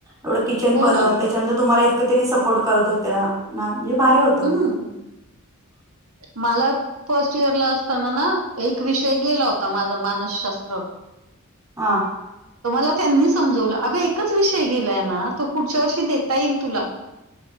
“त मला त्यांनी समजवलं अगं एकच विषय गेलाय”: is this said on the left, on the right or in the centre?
Right